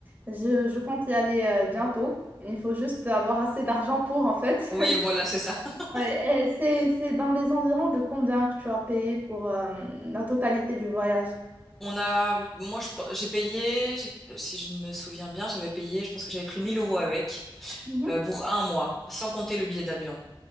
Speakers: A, on the right; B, in the centre.
A: je, je compte y aller euh, bientôt. Il faut juste avoir assez d'argent pour, en fait.
B: Oui,
A: <laughs>
B: voilà, c'est ça. <laughs>
A: Ouais, et c'est, c'est dans les environs de combien que tu as payé pour euh, la totalité du voyage?
B: On a, moi, je pe- j'ai payé, j'ai- si je ne me souviens bien, j'avais payé, je pense que j'avais pris 1000 euros avec,
A: Mhm.
B: euh, pour un mois, sans compter le billet d'avion.